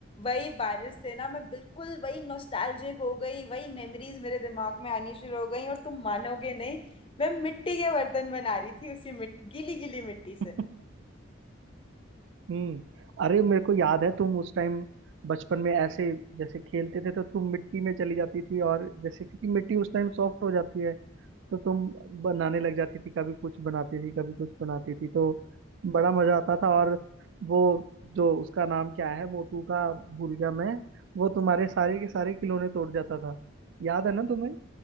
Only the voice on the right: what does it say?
<laughs> हम्म अरे मेरे को याद है तुम उस टाइम बचपन में ऐसे जैसे खेलते थे तो तुम मिट्टी में चली जाती थी और जैसे क्योंकि मिट्टी उस टाइम सॉफ्ट हो जाती है तो तुम बनाने लग जाती थी कभी कुछ बनाती थी कभी कुछ बनाती थी तो बड़ा मजा आता था और वो जो उसका नाम क्या है मोटू का भूल गया मैं वो तुम्हारे सारे के सारे खिलौने तोड़ जाता था याद है ना तुम्हें